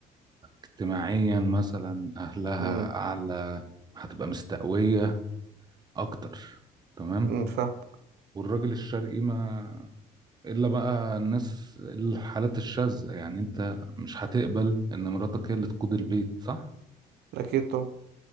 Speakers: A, on the right; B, on the right.
A: اجتماعيا مثلا اهلها
B: مم.
A: اعلى هتبقى مستقوية اكتر تمام
B: مم. فاهم
A: والراجل الشرقي ما الا بقى الناس الحالات الشاذة يعني انت مش هتقبل ان مراتك هي اللي تقود البيت صح
B: أكيد طبعا